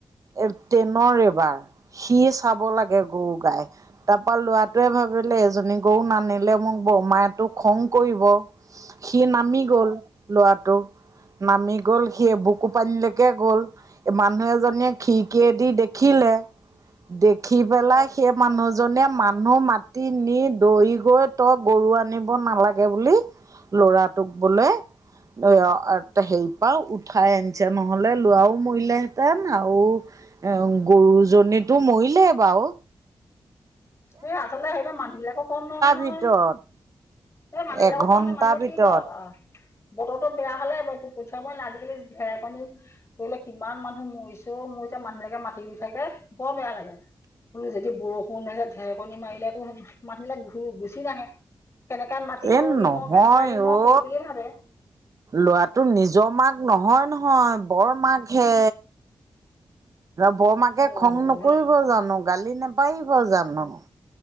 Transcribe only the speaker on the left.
অ।
এই আচলতে সেইে মানুহ বিলাকো কম নহয় নহয়।
এই মানুহ বিলাক
কওঁ ন মানুহক
কি দৰকাৰ। বতৰটো বেয়া হ'লে পঠিয়াব <unintelligible> আজিকালি ঢেৰেকণী কৰিলে কিমান মানুহ মৰিছে ও মোৰ এতিয়া মানুহবিলাকে মাতি দি থাকে বৰ বেয়া লাগে। বোলো যদি বৰষুণ আহে ঢেৰকণী মাৰিলেতো মানুহবিলাক গুচি নাহে। কেনেকে মাটি কণ
ৰুই
হওঁ কেনেকে ৰুই হওঁ
সেইটো বুলিয়ে ভাবে
অ',